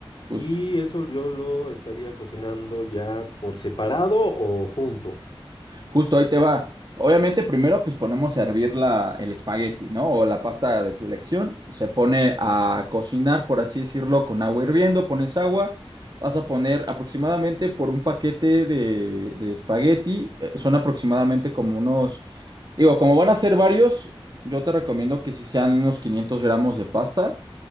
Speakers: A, on the right; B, on the left.
A: justo.
B: Y eso yo lo estaría cocinando ya por separado o junto.
A: Justo ahí te va. Obviamente, primero pues ponemos a hervir la, el espagueti, ¿no? O la pasta de tu elección. Se pone a cocinar, por así decirlo, con agua hirviendo, pones agua. Vas a poner aproximadamente por un paquete de, de espagueti, eh, son aproximadamente como unos, digo, como van a ser varios, yo te recomiendo que si sean unos 500 gramos de pasta